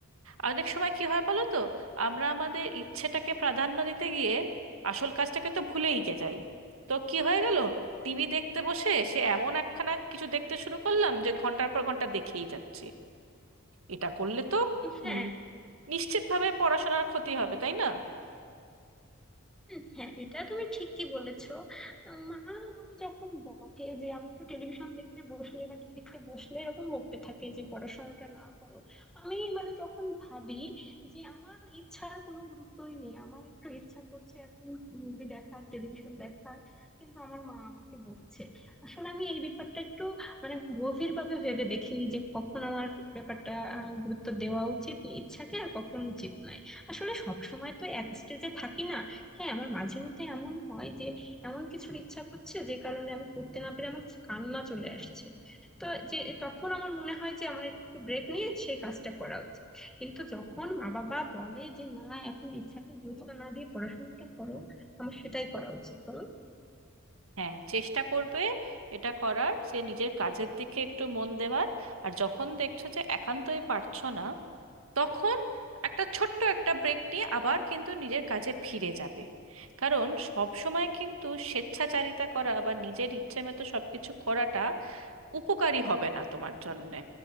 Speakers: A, on the right (about 80°); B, in the centre.
A: অনেক সময় কি হয় বলো তো আমরা আমাদের ইচ্ছেটাকে প্রাধান্য দিতে গিয়ে আসল কাজটাকে তো ভুলেই গে যাই তো কি হয়ে গেল টিভি দেখতে বসে সে এমন একখানা কিছু দেখতে শুরু করলাম যে ঘন্টার পর ঘন্টা দেখেই যাচ্ছে এটা করলে তো
B: হ্যাঁ
A: উম, নিশ্চিতভাবে পড়াশোনার ক্ষতি হবে তাই না
B: হুম, হ্যাঁ এটা তুমি ঠিকই বলেছো মা আমাকে যখন বকে যে আমি একটু টেলিভিশন দেখতে বসলে বা টিভি দেখতে বসলে এরকম বকতে থাকে যে পড়াশোনাটা না করো আমি মানে তখন ভাবি যে আমার ইচ্ছার কোনো গুরুত্বই নেই আমার একটু ইচ্ছা করছে এখন মুভি দেখার টেলিভিশন দেখার কিন্তু আমার মা আমাকে বকছে আসলে আমি এই ব্যাপারটা একটু মানে গভীর ভাবে ভেবে দেখিনি যে কখন আমার ব্যাপারটা আহ, গুরুত্ব দেওয়া উচিত ইচ্ছাকে আর কখন উচিত নয় আসলে সব সময় তো এক স্টেজে থাকি না হ্যাঁ আমার মাঝে মধ্যে এমন হয় যে এমন কিছুর ইচ্ছা করছে যে কারণে আমি করতে না পেরে আমার কান্না চলে আসছে তো যে তখন আমার মনে হয় যে আমার একটু ব্রেক নিয়ে সেই কাজটা করা উচিত কিন্তু যখন মা বাবা বলে যে না এখন ইচ্ছাকে গুরুত্ব না দিয়ে পড়াশোনাটা করো আমার সেটাই করা উচিত বলো
A: হ্যাঁ চেষ্টা করবে এটা করার সে নিজের কাজের দিকে একটু মন দেওয়ার আর যখন দেখছো যে একান্তই পারছো না তখন একটা ছোট্ট একটা ব্রেক নিয়ে আবার কিন্তু নিজের কাজে ফিরে যাবে কারণ সব সময় কিন্তু স্বেচ্ছাচারিতা করা বা নিজের ইচ্ছে মতো সবকিছু করাটা উপকারী হবে না তোমার জন্যে